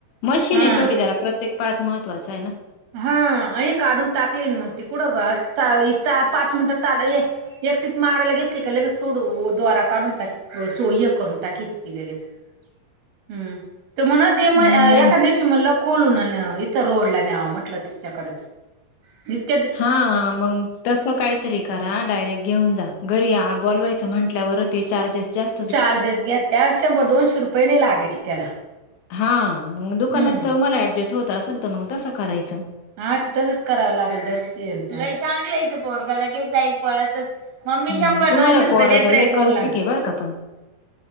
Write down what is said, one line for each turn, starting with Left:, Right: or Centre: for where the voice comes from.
Left: मशीन
Right: हा
Left: आहे शेवटी त्याला प्रत्येक पार्ट महत्वाच आहे ना?
Right: हा अ काढून टाकली मग त कुडं ग पाच मिनटं चाल ये एकटीप मारायला घेतली का लगे सोडू द्वारा काढून टाक सोय करून टाकी त ती लगेच हम्म ते म्हण
Left: हम्म, नाही.
Right: एखा दिवशी म्हटलं खोलून इथं रोड ला न्यावा म्ह त्याच्याकड
Left: हा मंग तसं काहीतरी करा डायरेक्ट घेऊन जा घरी ह बोलवायचं म्हटल्यावर ते चार्जेस जास्त
Right: चार्जेस घ्या शंभर दोनशे रुपये नाही लागायचे त्याला
Left: हा मग दुकानात
Right: हम्म
Left: तर मला ऍडजस्ट होत असेल तर मग तसं करायचं
Right: हा तसच करावं लागेल दर्शन चांगलंचं पोरगालागेच जाईल पळतच मम्मी
Left: हम्म
Right: शंभर
Left: तुम्हाला
Right: दोनशे रुपये
Left: पोहराच
Right: दे पेट्रोलला
Left: लेकावती घेव का पण